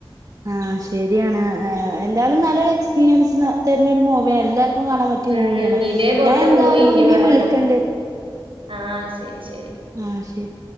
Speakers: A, on the right; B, on the right.
A: ആഹ് ശെര്യാണ് ഏഹ് എന്തായാലും നല്ലൊരെക്സ്പീരിയൻസ് ന്ന തെര്ന്നൊരു മൂവിയാ എല്ലാർ ക്കും കാണാ പറ്റ്യ
B: ഉം
A: മൂവ്യാണ്.
B: ഇതേപോലത്തെ
A: ഞാൻ എന്തായാലും
B: മൂവി
A: ഇനിയും
B: വരണം
A: വിളിക്കണ്ട്.
B: ആഹ് ശെരി ശെരി.
A: ആഹ് ശെരി.